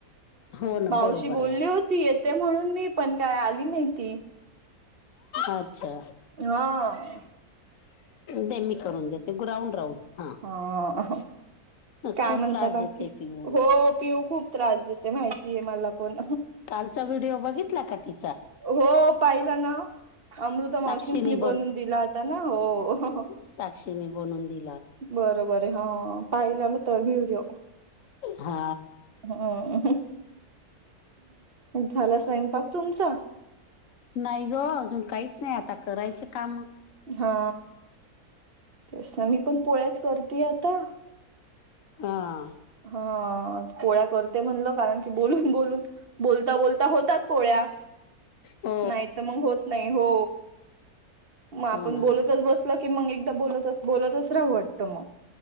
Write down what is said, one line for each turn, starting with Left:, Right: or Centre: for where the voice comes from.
Left: हो ना
Right: मावशी
Left: बरोबर
Right: बोलली
Left: आहे
Right: होती ये त्या म्हणून मी पण काय आली नाही ती.
Left: अच्छा
Right: हां.
Left: दे मी करून देते ग्राउंड राऊंड हा.
Right: हा काय
Left: खूप
Right: म्हणता
Left: त्रास
Right: बाकी
Left: देते पिऊ
Right: हो पिऊ खूप त्रास देत. ते माहितीय मला पण.
Left: कालचा व्हिडिओ बघितला का ती?
Right: हो पाहिला ना. अमृता मावशींनी
Left: साक्षीने
Right: बनवून दिला होता ना हो.
Left: साक्षीनी बनवून दि
Right: बरोबर आहे हा पाहिला मी त्या व्हिडिओ.
Left: हा
Right: हां झाला स्वयंपाक तुमचा?
Left: नाही गं अजून काहीच नाही आता करायचे कामं.
Right: हा. तेच ना मी पण पोळ्याच करती आता.
Left: हां.
Right: हा पोळ्या करते म्हणलं कारण की बोलून बोलून बोलता बोलता होतात पोळ्या.
Left: ओ
Right: नाही तर मंग होत नाही हो म आपण
Left: हो ना
Right: बोलतच बस तलं की मग एकदा बोलतच बोलतच राहू वाटतं म.